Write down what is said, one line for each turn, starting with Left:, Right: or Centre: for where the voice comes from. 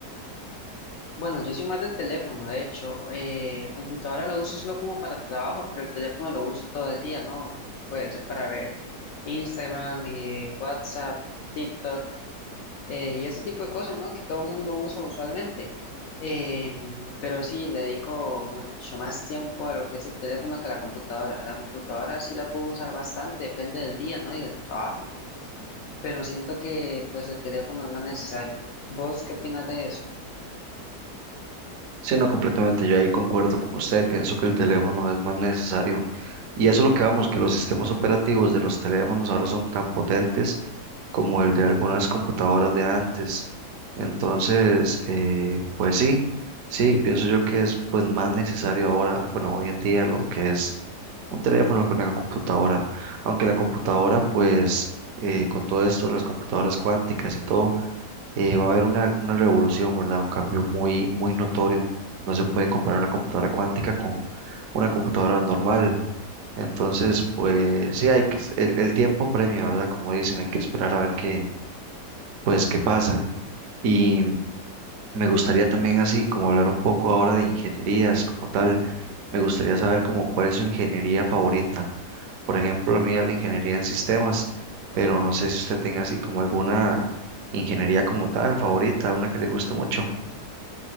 Left: Bueno, yo soy más del teléfono, de hecho, eh, computadora la uso solo como para trabajo, pero el teléfono lo uso todo el día, ¿no? Puede ser para ver Instagram, eh, WhatsApp, TikTok. eh, y ese tipo de cosas, ¿no? Que todo el mundo usa usualmente. Em, pero sí, le dedico mucho más tiempo a lo que es el teléfono que a la computadora. La computadora sí la puedo usar bastante, depende del día, ¿no? Y del trabajo. Pero siento que pues el teléfono es más necesario. ¿Vos qué opinas de eso?
Right: Sí, no, completamente. Yo ahí concuerdo con usted. Pienso que el teléfono es más necesario. Y eso es lo que vamos, que los sistemas operativos de los teléfonos ahora son tan potentes como el de algunas computadoras de antes. Entonces, eh, pues sí, sí, pienso yo que es pues más necesario ahora, bueno, hoy en día lo que es un teléfono con una computadora. Aunque la computadora, pues, eh, con todo esto, las computadoras cuánticas y todo eh, va a haber una, una revolución, ¿verdad? Un cambio muy, muy notorio. No se puede comparar una computadora cuántica con una computadora normal. Entonces, pues sí, hay que, s- el, el tiempo premia, ¿verdad? Como dicen, hay que esperar a ver qué, pues, qué pasa. Y me gustaría también así, como hablar un poco ahora de ingenierías como tal. Me gustaría saber como cuál es su ingeniería favorita. Por ejemplo, la mía es la ingeniería en sistemas, pero no sé si usted tenga así como alguna ingeniería como tal favorita, una que le guste mucho.